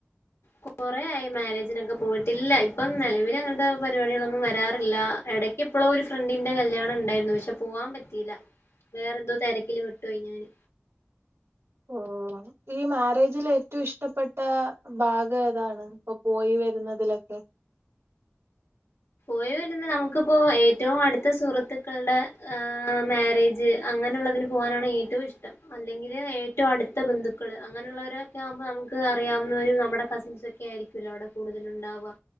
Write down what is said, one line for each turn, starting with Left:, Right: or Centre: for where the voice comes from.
Left: കൊറ ആയി മാരേജിനൊക്കെ പോയിട്ടില്ല ഇപ്പൊ നിലവിൽ അങ്ങനത്തെ പരിപാടികളൊന്നും വരാറില്ല എട <unintelligible> ഇപ്പോള ഒരു ഫ്രണ്ടിന്റെ കല്യാണം ഉണ്ടായിരുന്നു പക്ഷെ പോവാൻ പറ്റിയില്ല വേറെ എന്തോ തിരക്കില് പെട്ടുപോയി ഞാന്
Right: ഓ ഈ മാരേജില ഏറ്റവും ഇഷ്ടപ്പെട്ട ഭാഗം ഏതാണ് ഇപ്പൊ പോയി വരുന്നതിലൊക്കെ
Left: പോയിവരുന്ന നമുക്കിപ്പോ ഏറ്റവും അടുത്ത സുഹൃത്തുക്കളുടെ മാരേജ് അങ്ങനെുള്ളതിന് പോകാനാണ് ഏറ്റവും ഇഷ്ടം അല്ലെങ്കില് ഏറ്റവും അടുത്ത ബന്ധുക്കൾ അങ്ങനെയുള്ളവരൊക്കെ ആവുമ്പോൾ നമുക്ക് അറിയാവുന്ന നമ്മുടെ കസിൻസ് ഒക്കെ ആയിരിക്കല്ലോ അവിടെ കൂടുതൽണ്ടാവുക